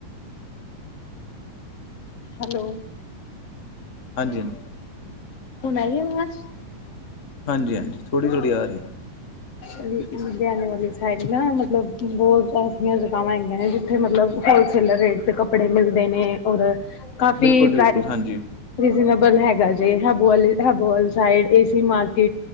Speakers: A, on the left; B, on the left.
A: ਹੈਲੋ
B: ਹਾਂਜੀ ਹਾਂਜੀ
A: ਹੁਣਈ ਆ ਮਸ
B: ਹਾਂਜੀ ਹਾਂਜੀ ਥੋੜ੍ਹੀ ਥੋ੍ਹੀ ਆ ਰਹੀ
A: ਲੁਧਿਆਣੇ ਵਾਲੀ ਸਾਈਡ ਨਾ ਮਤਲਬ ਬਹੁਤ ਐਸੀਆਂ ਜਗ੍ਹਾਵਾਂ ਹੈਗੀਆਂ ਨੇ ਜਿੱਥੇ ਮਤਲਬ ਹੋਲਸੇਲ ਰੇਟ ਤੇ ਕੱਪੜੇ ਮਿਲਦੇ ਨੇ ਔਰ ਕਾਫੀ
B: ਬਿਲਕੁਲ ਜੀ ਬਿਲਕੁਲ
A: ਪ੍ਰ
B: ਹਾਂਜੀ
A: ਬਲ ਹੈਗਾ ਜੇ ਹਬੂਬੋ ਸਾਈਡ ਏ ਮਾਰ